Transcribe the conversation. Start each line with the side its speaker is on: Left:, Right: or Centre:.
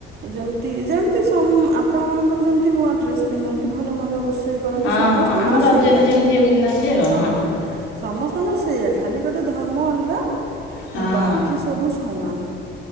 Right: ଯେମତି ଯେମତି ସମ୍ ଆପଣମାନଙ୍କର ଯେମିତି ନୂଆ ଡ୍ରେସ୍ ପିନ୍ଧନ୍ତି ଭଲ ମନ୍ଦ ରୋଷ୍ ସେ କରନ୍ତି
Left: ହଁ
Right: ସମସ୍ତଙ୍କର
Left: ହଁ ଆମ ରଜରେ
Right: ସେଇ
Left: ଯେମିତି ପିନ୍ଧନ୍ତି ଆଉ
Right: ହଁ। ସମସ୍ତଙ୍କର ସେଇଆ ଖାଲି ଗୋଟେ ଧର୍ମ ଅଲଗା
Left: ହଁ
Right: ବାକି ସବୁ ସମାନ।